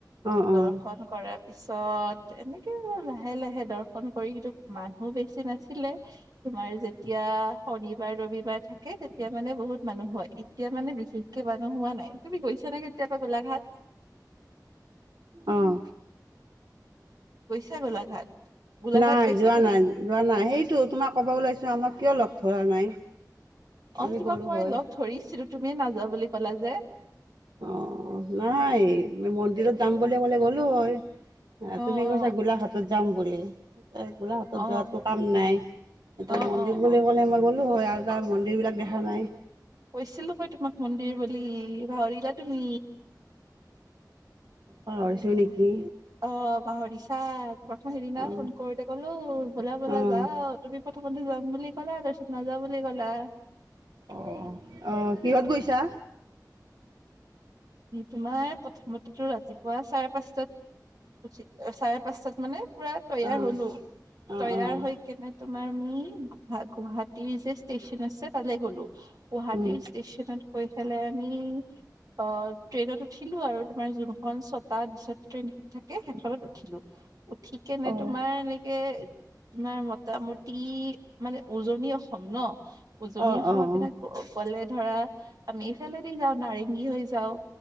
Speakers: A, on the right; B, on the right.
A: অঁ' অঁ'।
B: দৰ্শন কৰাৰ পিছত এনেকে আৰু লাহে লাহে দৰ্শন কৰি কিন্তু মানুহ বেছি নাছিলে। তোমাৰ যেতিয়া শনিবাৰ ৰবিবাৰ থাকে তেতিয়া মানে বহুত মানুহ হয়। এতিয়া মানে বিশেষকে মানুহ হোৱা নাই, তুমি গৈছা নে কেতিয়াবা গোলাঘাট?
A: অঁ।
B: গৈছা গোলাঘাট? গোলাঘাট
A: নাই
B: গৈছা
A: যোৱা
B: তুমি
A: নাই যোৱা নাই সেইটো তোমাক ক'ব ওলাইছোঁ আমাক কিয় লগ ধৰা নাই?
B: অঁ'
A: আমি
B: তোমাক
A: গ'লো
B: মই
A: হয়
B: লগ ধৰিছিলোঁ তুমিয়ে নাযাওঁ বুলি ক'লা যে।
A: অঁ' নাই মন্দিৰত যাম বুলি ক'লে গ'লো হয়।
B: অ
A: তুমি
B: অ
A: কৈছা গোলাঘাটত যাম বুলি। গোলাঘাটত
B: অ অ
A: যোৱাটো কাম নাই, এতিয়া
B: অ
A: মন্দিৰ
B: অ
A: বুলি
B: অ
A: ক'লে মই গ'লোঁ হয় আৰু- তাৰ মন্দিৰবিলাক দেখা নাই।
B: কৈছিলোঁ মই তোমাক মন্দিৰ বুলি পাহৰিলা তুমি।
A: পাহৰিছোঁ নেকি।
B: অঁ' পাহৰিছা, তোমাক মই সেইদিনা
A: অ',
B: ফোন কৰোঁতে কলোঁ বলা বলা
A: অ'।
B: যাও- তুমি প্ৰথমতে যাম বুলি ক'লা তাৰপিছত নাযাওঁ বুলি ক'লা।
A: অঁ' অঁ' অঁ' কিহত গৈছা?
B: তোমাৰ প্ৰথম- এইটো ৰাতিপুৱা চাৰে পাঁচটাত উচি, চাৰে পাঁচটাত মানে- পুৰা তৈয়াৰ
A: অ',
B: হ'লো,
A: অ',
B: তৈয়াৰ
A: অ',
B: হৈ কেনে তোমাৰ আমি গুৱাহাটী যে- ষ্টেচন আছে তালে গ'লো, গুৱাহাটীৰ
A: উম।
B: ষ্টেচনত গৈ পেলাই আমি- অ' ট্ৰেইনত উঠিলোঁ আৰু তোমাৰ যোনখন ছটা ট্ৰিছত ট্ৰেইন থাকে সেইখনত উঠি- উঠিলো, উঠি কেনে
A: অ',
B: তোমাৰ এনেকে তোমাৰ ম মোটামুটি মানে উজনি অসম ন উজনি
A: অ',
B: অসমৰ
A: অ', অ',
B: পিনে অকলে ধৰা আমি এইফালে দি যাওঁ নাৰেংগী হৈ যাওঁ।